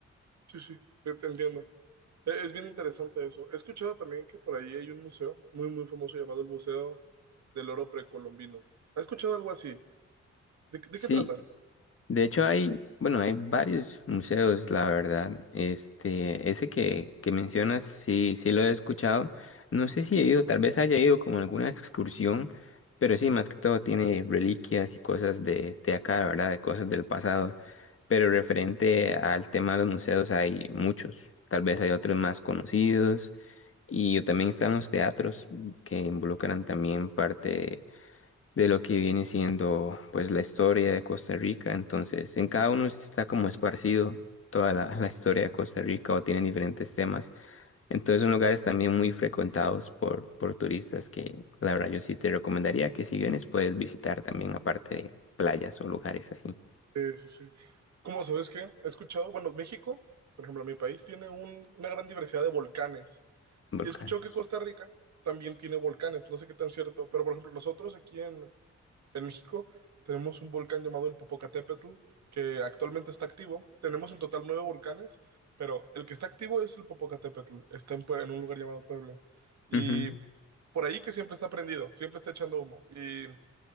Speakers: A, on the right (about 65°); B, on the left (about 45°).
A: Sí, sí, te, te entiendo. E- Es bien interesante eso. He escuchado también que por ahí hay un museo muy, muy famoso llamado el Museo del Oro Precolombino. ¿Ha escuchado algo así? ¿De, qué de
B: Sí,
A: qué trata?
B: de hecho hay, bueno, hay varios museos, la verdad. Este, ese que, que mencionas, sí, sí lo he escuchado. No sé si he ido, tal vez haya ido como en alguna excursión, pero sí, más que todo tiene reliquias y cosas de, de acá, ¿verdad? De cosas del pasado. pero referente al tema de los museos hay muchos, tal vez hay otros más conocidos y yo también están los teatros mm, que involucran también parte de lo que viene siendo pues la historia de Costa Rica, entonces en cada uno está como esparcido toda la, <laughs> la historia de Costa Rica o tienen diferentes temas, entonces son lugares también muy frecuentados por, por turistas que la verdad yo sí te recomendaría que si vienes puedes visitar también aparte de playas o lugares así,
A: Eh, sí, sí. ¿Cómo sabes qué? He escuchado, bueno, México, por ejemplo, mi país tiene un- una gran diversidad de volcanes.
B: volcanes.
A: Y he escuchado que Costa Rica también tiene volcanes. No sé qué tan cierto, pero por ejemplo, nosotros aquí en, En México tenemos un volcán llamado el Popocatépetl, que actualmente está activo. Tenemos en total nueve volcanes, pero el que está activo es el Popocatépetl. Está en, Pue- en un lugar llamado Puebla. Y
B: Ujú.
A: por ahí que siempre está prendido, siempre está echando humo. Y